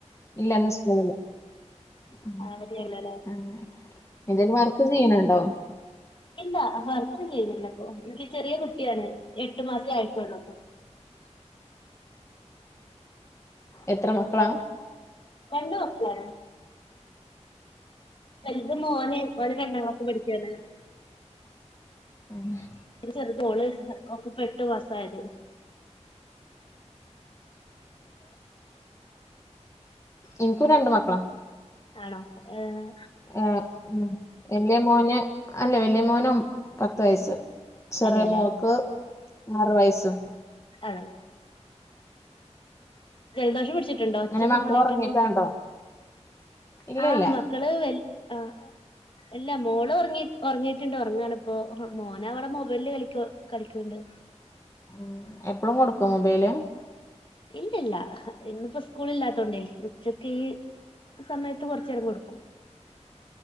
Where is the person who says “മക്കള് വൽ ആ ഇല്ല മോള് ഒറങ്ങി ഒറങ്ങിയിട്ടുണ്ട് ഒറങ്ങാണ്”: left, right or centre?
Left